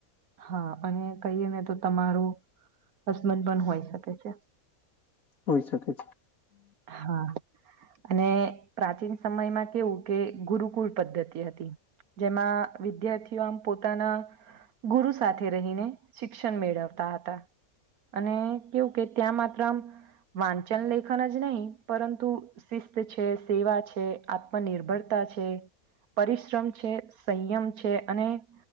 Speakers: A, on the right; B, on the left.
A: હા અને કહીએ ને તો તમારું હસબન્ડ પણ હોય શકે છે.
B: હોય શકે છે
A: હા. અને પ્રાચીન સમયમાં કેવું કે ગુરુકુલ પદ્ધતિ હતી. જેમાં વિદ્યાર્થીઓ આમ પોતાના ગુરુ સાથે રહીને શિક્ષણ મેળવતા હતા. અને કેવું કે ત્યાં માત્ર આમ વાંચન લેખન જ નહી પરંતુ શિસ્ત છે, સેવા છે, આત્મનિર્ભરતા છે. પરિશ્રમ છે, સંયમ છે, અને